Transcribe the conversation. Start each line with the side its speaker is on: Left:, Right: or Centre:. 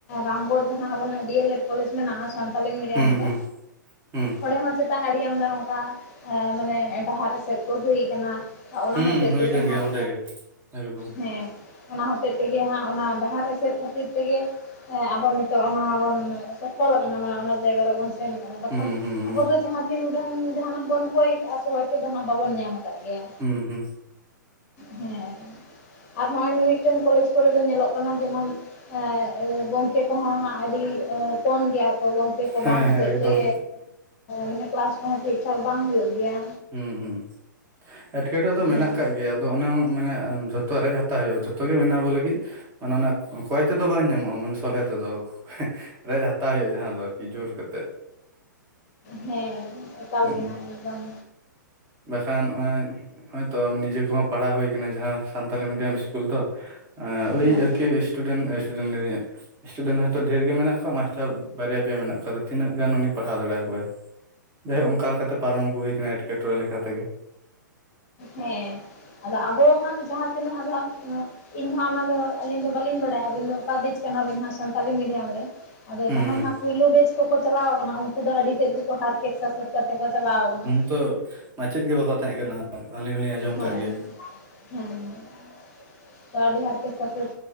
Left: ᱨᱟᱢᱜᱚᱲ ᱡᱟᱦᱟᱸ ᱟᱵᱚᱱᱟᱜ ᱰᱤ ᱮᱞ ᱮᱰ ᱠᱚᱞᱮᱡᱽ ᱢᱮᱱᱟᱜᱼᱟ᱾ ᱥᱟᱱᱛᱟᱞᱤ ᱢᱤᱰᱤᱭᱟᱢ
Right: ᱦᱩᱸ
Left: ᱛᱮ,
Right: ᱦᱩᱸ ᱦᱩᱸ
Left: ᱚᱸᱰᱮ ᱦᱚᱸ ᱪᱮᱫ ᱟᱰᱤ ᱟᱢᱫᱟ ᱚᱱᱠᱟ, ᱢᱟᱱᱮ ᱰᱟᱦᱟᱨ ᱮᱥᱮᱫ ᱠᱚ ᱦᱩᱭ ᱟᱠᱟᱱᱟ᱾ ᱚᱱᱟ
Right: ᱦᱩᱸ
Left: ᱦᱚᱛᱮᱜ
Right: ᱦᱩᱭ
Left: ᱛᱮᱜᱮ
Right: ᱠᱟᱱ
Left: ᱦᱟᱸᱜ
Right: ᱜᱮᱭᱟ ᱚᱸᱰᱮ ᱜᱮ ᱮᱠᱫᱚᱢ
Left: ᱦᱮᱸ ᱚᱱᱟ ᱦᱚᱛᱮᱜ ᱛᱮᱜᱮ ᱦᱟᱸᱜ, ᱚᱱᱟ ᱰᱟᱦᱟᱨ ᱮᱥᱮᱫ ᱠᱷᱟᱹᱛᱤᱨ ᱛᱮᱜᱮ ᱦᱮᱸ ᱟᱵᱚ ᱱᱤᱛᱚᱜ ᱚᱱᱟ ᱵᱚᱱ ᱥᱚᱯᱷᱚᱞᱚᱜ ᱠᱟᱱᱟ᱾ ᱢᱟᱱᱮ ᱚᱱᱟ ᱡᱟᱭᱜᱟ ᱨᱮᱵᱚᱱ ᱥᱮᱱ ᱠᱟᱱᱟ, ᱵᱟᱠᱷᱟᱱ
Right: ᱦᱩᱸ ᱦᱩᱸ ᱦᱩᱸ
Left: ᱟᱵᱚ ᱫᱚ ᱡᱟᱦᱟᱸ ᱛᱤᱱ ᱡᱟᱦᱟᱱᱟᱜ ᱵᱚᱱ ᱠᱚᱭ ᱠᱟᱜᱼᱟ ᱾ ᱥᱮ ᱦᱚᱭᱛᱳ ᱫᱚ ᱦᱟᱸᱟᱜ ᱵᱟᱵᱚᱱ ᱧᱟᱢ ᱟᱠᱟᱫ ᱜᱮᱭᱟ᱾
Right: ᱦᱩᱸ ᱦᱩᱸ
Left: ᱦᱩᱸ ᱟᱨ ᱦᱚᱜ ᱚᱭ ᱢᱤᱢᱤᱫᱴᱮᱱ ᱠᱚᱞᱮᱮᱡ ᱠᱚᱨᱮ ᱫᱚ ᱧᱮᱞᱚᱜ ᱠᱟᱱᱟ ᱡᱮᱢᱚᱱ ᱦᱮᱸ ᱜᱚᱝᱠᱮ ᱠᱚᱦᱚᱸ ᱦᱟᱸᱜ ᱟᱹᱰᱤ ᱠᱚᱢ ᱜᱮᱭᱟ᱾ ᱜᱚᱝᱠᱮ ᱠᱚ
Right: ᱦᱮᱸ
Left: ᱵᱟᱝ ᱦᱚᱛᱮᱡ
Right: ᱦᱮᱸ ᱮᱠᱫᱚᱢ
Left: ᱛᱮ, ᱢᱟᱱᱮ ᱠᱮᱞᱟᱥ ᱠᱚᱦᱚᱸ ᱴᱷᱤᱠ ᱴᱷᱟᱠ ᱵᱟᱝ ᱦᱩᱭᱩᱜ ᱜᱮᱭᱟ᱾
Right: ᱦᱩᱸ ᱦᱩᱸ ᱮᱴᱠᱮᱴᱚᱲᱮ ᱫᱚ
Left: ᱦᱮᱸ
Right: ᱢᱮᱱᱟᱜ ᱟᱠᱟᱜ ᱜᱮᱭᱟ᱾ ᱟᱫᱚ ᱚᱱᱟ ᱦᱚᱸ ᱢᱟᱱᱮ ᱡᱷᱚᱛᱚ ᱨᱮᱡ ᱦᱟᱛᱟᱣ ᱦᱩᱭᱩᱜ-ᱟ ᱡᱷᱚᱛᱚ ᱜᱮ ᱢᱮᱱᱟᱜ ᱟᱵᱚ ᱞᱟᱹᱜᱤᱫ᱾ ᱢᱟᱱᱮ ᱚᱱᱮ ᱚᱱᱟ ᱠᱷᱚᱭ ᱛᱮᱫᱚ ᱵᱟᱝ ᱧᱟᱢᱚᱜ-ᱟ ᱢᱟᱱᱮ ᱥᱚᱞᱦᱮ ᱛᱮᱫᱚ᱾ ᱨᱮᱡ ᱦᱟᱛᱟᱣ ᱦᱩᱭᱩᱜ-ᱟ ᱡᱟᱦᱟᱸ ᱫᱚ ᱟᱨᱠᱤ ᱡᱳᱨ ᱠᱟᱛᱮᱫ᱾
Left: ᱦᱮᱸ ᱮᱠᱟᱞ
Right: ᱦᱩᱸ
Left: ᱜᱮ ᱦᱟᱸᱜ ᱮᱠᱫᱚᱢ,
Right: ᱵᱟᱠᱷᱟᱱ ᱱᱚᱜ-ᱚᱭ ᱦᱚᱭᱛᱚ ᱱᱤᱡᱮ ᱠᱚᱦᱚᱸ ᱯᱟᱲᱦᱟᱣ ᱦᱩᱭ ᱠᱟᱱᱟ ᱡᱟᱦᱟᱸ ᱥᱟᱱᱛᱟᱞᱤ ᱢᱤᱰᱤᱭᱟᱢ ᱤᱥᱠᱩᱞ ᱛᱚ᱾ ᱳᱭ
Left: ᱦᱮᱸ
Right: ᱟᱨᱠᱤ ᱥᱴᱩᱰᱮᱱᱴ ᱮᱴᱩᱰᱮᱱᱴ ᱞᱟᱹᱭ ᱫᱟᱧ ᱥᱴᱩᱰᱮᱱᱴ ᱦᱚᱭᱛᱳ ᱰᱷᱮᱨ ᱜᱮ ᱢᱮᱱᱟᱜ ᱠᱚᱣᱟ ᱢᱟᱥᱴᱟᱨ ᱵᱟᱨᱭᱟ ᱯᱮᱭᱟ ᱢᱮᱱᱟᱜ ᱠᱚᱣᱟ ᱟᱫᱚ ᱛᱤᱱᱟᱹᱜ ᱜᱟᱱ ᱩᱱᱤ ᱯᱟᱲᱦᱟᱣ ᱫᱟᱲᱮ ᱟᱠᱚᱣᱟᱭ? ᱡᱟᱭ ᱦᱳᱠ ᱚᱱᱠᱟ ᱞᱮᱠᱟᱛᱮ ᱯᱟᱨᱚᱢ ᱟᱹᱜᱩ ᱦᱩᱭ ᱟᱠᱟᱱᱟ ᱮᱴᱠᱮᱴᱚᱬᱮ ᱞᱮᱠᱟ ᱛᱮᱜᱮ᱾
Left: ᱦᱮᱸ ᱟᱫᱚ ᱟᱵᱚ ᱦᱟᱸᱜ ᱡᱟᱦᱟᱸᱛᱤᱱᱟᱹᱜ ᱤᱧ ᱦᱚᱸ ᱚᱱᱟ ᱫᱚ ᱟᱹᱞᱤᱧ ᱫᱚ ᱵᱟᱹᱞᱤᱧ ᱵᱟᱲᱟᱭᱟ ᱟᱹᱵᱤᱱ ᱫᱚ ᱚᱠᱟ ᱵᱮᱡ ᱠᱟᱱᱟ ᱵᱤᱱ ᱦᱟᱸᱜ ᱥᱟᱱᱛᱟᱞᱤ ᱢᱤᱰᱤᱭᱟᱢ ᱨᱮᱱ? ᱟᱫᱚ
Right: ᱦᱩᱸ
Left: ᱡᱟᱦᱟ
Right: ᱦᱩᱸ
Left: ᱦᱟᱸᱜ ᱯᱩᱭᱞᱩ ᱵᱮᱪ ᱠᱚᱠᱚ ᱪᱟᱞᱟᱣ ᱟᱠᱟᱱᱟ ᱩᱱᱠᱩ ᱫᱚ ᱟᱹᱰᱤ ᱛᱮᱫ ᱜᱮᱠᱚ ᱦᱟᱨᱠᱮᱛ ᱥᱟᱥᱮᱛ ᱠᱟᱛᱮ ᱠᱚ ᱪᱟᱞᱟᱣ ᱟᱠᱟᱱᱟ᱾
Right: ᱛᱚ ᱢᱟᱪᱮᱫ ᱜᱮ ᱵᱟᱠᱚ ᱛᱟᱦᱮᱸ ᱠᱟᱱᱟ ᱟᱹᱞᱤᱧ ᱦᱚᱞᱤᱧ ᱟᱸᱡᱚᱢ
Left: ᱦᱮᱸ
Right: ᱠᱟᱜ ᱜᱮᱭᱟ᱾
Left: ᱦᱮᱸ ᱟᱹᱰᱤ ᱦᱟᱨᱠᱮᱛ ᱥᱟᱥᱮᱛ